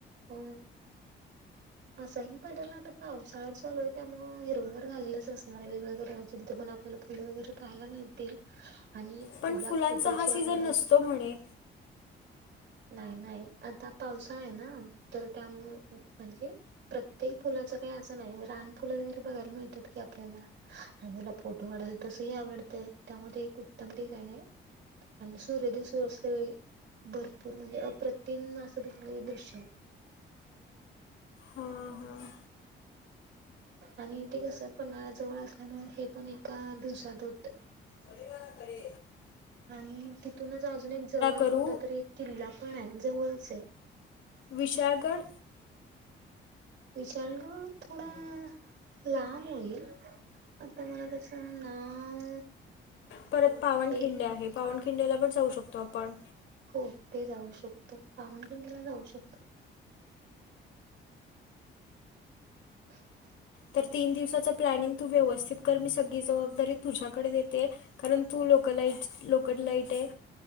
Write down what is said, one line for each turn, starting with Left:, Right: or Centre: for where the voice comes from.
Right: अ मसाई पठार आता पावसाळाच चालूय त्यामुळे हिरवगार झालेलंच असणार आहे. वेगवेगळं रंगाच तिथं पण आपल्याला फुलं वगैरे पाहायला मिळतील. आणि
Left: पण
Right: तुला
Left: फुलांचा
Right: फोटोची
Left: हा सीझन
Right: आवड आहे
Left: नसतो? म्हणे.
Right: नाही, नाही आता पावसाळा आहे ना? तर त्यामुळं म्हणजे प्रत्येक फुलाच काही असं नाही? रान फुलं वगैरे बघायला मिळतात की आपल्याला. आणि तुला फोटो काढायला तसही आवडतं? त्यामुळे ते एक उत्तम ठिकाण आहे. आणि सूर्य अस्तावेळी असल्यावेळी भरपूर म्हणजे अप्रतिम असं दुर्मिळ दिले दृश्य.
Left: हां हां
Right: आणि ते कस पन्हाळा जवळ असल्यामुळे हे पण एका दिवसात होते.
Left: कडी घाला कडी
Right: आणि तिथूनच अजून एक जवळ
Left: करू
Right: कोणता तरी एक किल्ला पण आहे. जवळच आहे.
Left: विशाळगड.
Right: विशाळगड थोडा लांब होईल. आता मला त्याच नाव
Left: परंत पावनखिंड
Right: एक
Left: आहे पावनखिंडेला पणं जाऊं शकतो आपणं.
Right: हो ते जाऊं शकतो पामनखिंडीला जाऊं शकतो. <unintelligible>
Left: तरं तीनं दिवसांचं प्लॅनिंग तूं व्यवस्थित करं मी सगळीं जबाबदारी तुझ्यांकडे देते कारणं तूं लोकंल लाईट लोकंल लाईट आहे